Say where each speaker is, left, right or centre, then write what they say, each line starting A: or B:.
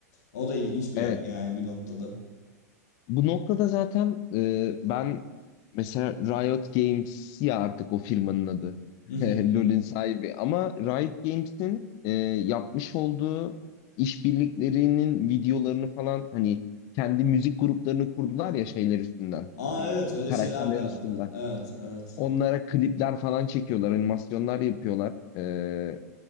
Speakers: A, on the left; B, on the left.
A: O da ilginç bir
B: Evet.
A: yani bir noktada.
B: Bu noktada zaten e, ben mesela Riot Games ya artık o firmanın adı. <laughs>
A: <laughs>
B: LoL'ün sahibi. Ama Riot Games'in e, yapmış olduğu işbirliklerinin videolarını falan hani kendi müzik gruplarını kurdular ya şeyler üstünden.
A: Aa
B: Hmm,
A: evet öyle
B: karakterler
A: şeyler de yaptı.
B: üstünden.
A: Evet evet.
B: Onlara klipler falan çekiyorlar, animasyonlar yapıyorlar. E,